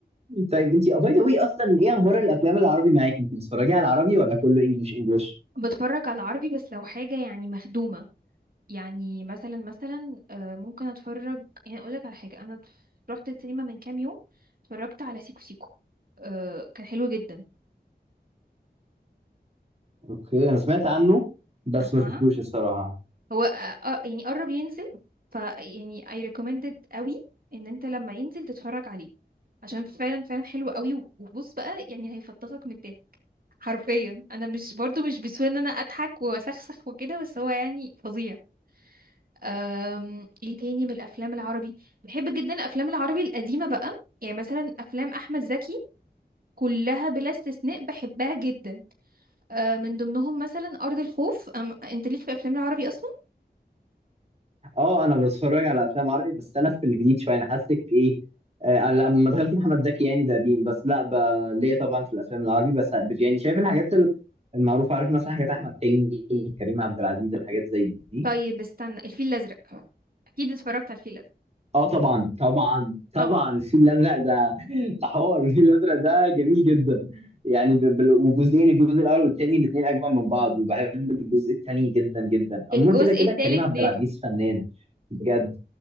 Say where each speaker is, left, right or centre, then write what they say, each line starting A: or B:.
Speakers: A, on the right; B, on the right.
A: طيب انت باي ذا واي اصلا ايه اخبار الافلام العربي معاكي انت بتتفرجي على العربي ولا كله انجلش انجلش
B: بتفرج على عربي بس لو حاجة يعني مخدومة يعني مثلا مثلا آه، ممكن اتفرج يعني اقول لك على حاجة انا رحت السينما من كام يوم اتفرجت على سيكو سيكو آه، كان حلو جدا
A: اوكي انا سمعت عنه بس
B: اها
A: ما شفتوش الصراحه
B: هو آه، آه، يعني قرب ينزل ف يعني I recommended قوي ان انت لما ينزل تتفرج عليه عشان فعلا فعلا حلو قوي وبص بقى يعني هيفطسك من الضحك حرفيا انا مش برضو مش بسهولة ان انا اضحك واسخسخ وكده بس هو يعني فظيع أم، ايه تاني من الافلام العربي بحب جدا الافلام العربي القديمه بقى يعني مثلا افلام احمد زكي كلها بلا استثناء بحبها جدا أه، من ضمنهم مثلا ارض الخوف أم انت ليك في افلام العربي اصلا
A: اه انا بتفرج على افلام عربي بس انا في الجديد شويه انا حاسك ايه آه لما دخلت محمد زكي يعني ده قديم بس لا ب... ليا طبعا في الافلام العربي بس يعني شايف الحاجات ال- المعروفه عارف مثلا حاجات احمد حلمي كريم عبد العزيز الحاجات زي دي
B: طيب استنى الفيل الازرق اكيد اتفرجت على الفيل الازرق
A: اه طبعا طبعا طبعا
B: طبعا
A: الفيل الازرق ده ده حوار الفيل الازرق ده جميل جدا يعني ب... ب... وجزئين الجزء الاول والثاني الاثنين اجمل من بعض وبحب الجزء الثاني جدا جدا عموما
B: الجزء
A: كده كده
B: الثالث
A: كريم عبد
B: نازل
A: العزيز فنان بجد